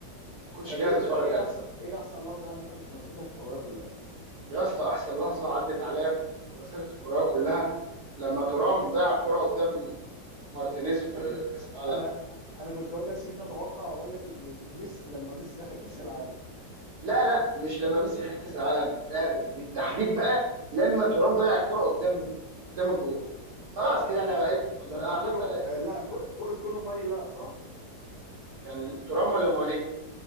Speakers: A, on the right (about 65°); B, on the left (about 25°).
A: ما كنتش
B: طب
A: جاهز
B: ايه
A: اتفرج
B: انت ايه
A: انا
B: احسن ايه احسن لحظه عدت عليك في مسيرتك الكرويه كلها
A: يا اسطى احسن لحظه عدت عليا في مسيره الكرويه كلها لما ترام ضيع الكره قدام مارتينيز في
B: انا كنت
A: كاس العالم
B: انا انا كنت اقول لك سيبني اتوقع واقول لك ان ميسي لما ميسي اخذ كاس العالم
A: لا لا مش لما ميسي خد كاس العالم لا بالتحديد
B: م.
A: بقى لما ترام ضيع الكره قدام قدام الجول خلاص كده انا
B: اه
A: بقيت بص
B: لما
A: انا
B: كله
A: حتى
B: آه لا ك- كره كولومواني بقى صح
A: كان ترام ولا ماني